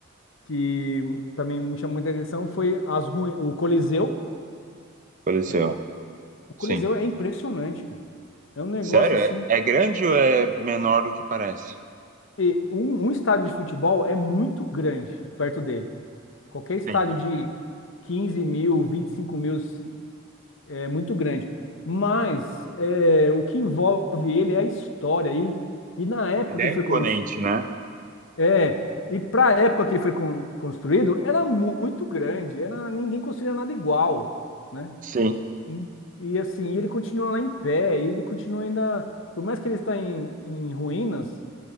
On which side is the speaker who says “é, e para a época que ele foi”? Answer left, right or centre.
Left